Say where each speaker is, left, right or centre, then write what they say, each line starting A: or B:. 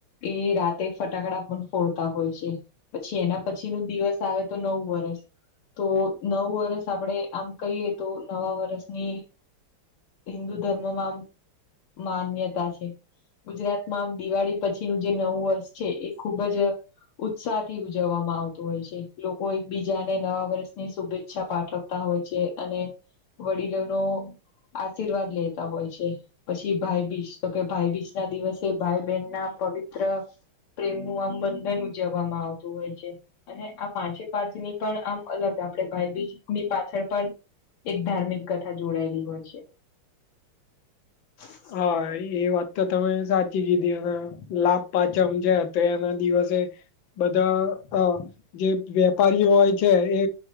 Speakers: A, on the left; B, on the left.
A: એ રાતે ફટાકડા પણ ફોડતા હોય છે. પછી એના પછી નું દિવસ આવે તો નવ વર્ષ તો નવ વર્ષ આપણેે આમ કહીએ તો નવા વરષની હિન્દુ ધર્મમાં આમ માન્યતા છે ગુજરાતમાં આમ દિવાળી પછી જે નવું વર્ષ છે એ ખુબ જ ઉત્સાહથી ઉજવવામાં આવ હો લોકો એકબીજાને નવા વર્ષની શુભેચ્છા પાઠવતા હોય છે અને વડીલો ન આશીર્વાદ લેતા હોય છે. પછી ભાઈબીજ તો કે ભાઈ બીજ ના દિવસે ભાઈ બહેન ના પવિત્ર પ્રેમ નું આમ બંધન ઉજવવામાં આવતું હોય છે. અને આ પાંચે પાંચ ની પણ આમ અલગ આપડે ભાઈબીજ ની પાછળ પણ એક ધાર્મિક કથા જોડાયેલી હોય છે. હા
B: હા એ વાત તો તમે સાચી કીધી એ લાભ પાચમ છે તો એના દિવસે બધા જે વેપારીઓ હોય છે એ